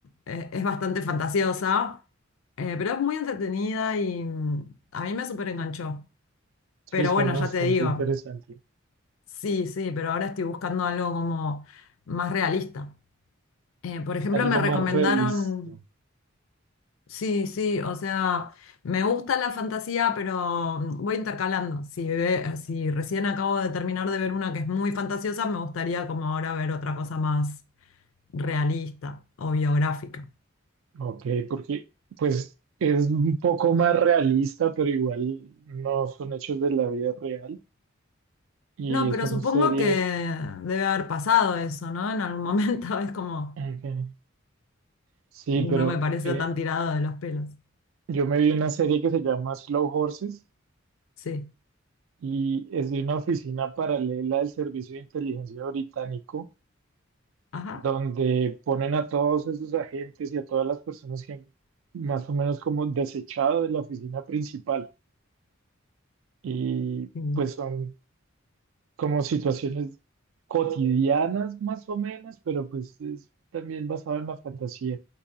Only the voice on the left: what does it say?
eh, es bastante fantasiosa, eh, pero es muy entretenida y mm, a mí me súper enganchó.
Pero
bueno,
ya te digo.
Sí, sí, pero ahora estoy buscando algo como más realista. Eh, por ejemplo,
me recomendaron,
sí, sí, o sea, me gusta la fantasía, pero mm, voy intercalando. Si, ve- eh, si recién acabo de terminar de ver una que es muy fantasiosa, me gustaría como ahora ver otra cosa más realista o biográfica.
No,
pero
supongo
que debe haber pasado eso, ¿no? En algún momento <laughs> es como,
no
me parece
tan tirado de los pelos.
Sí,
ajá.
sí.